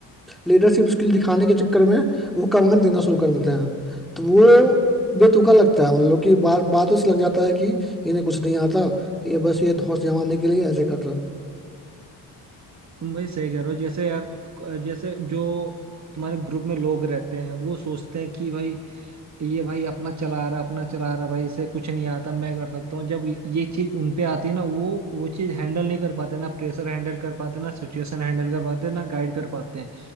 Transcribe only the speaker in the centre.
लीडरशिप स्किल दिखाने के चक्कर में वो कमांड देना शुरू कर देते हैं तो वो बेतुका लगता है उन लोग की बात बातों से लग जाता है कि इन्हें कुछ नहीं आता ये बस ये धौंस जमाने के लिए ऐसे कर रहा है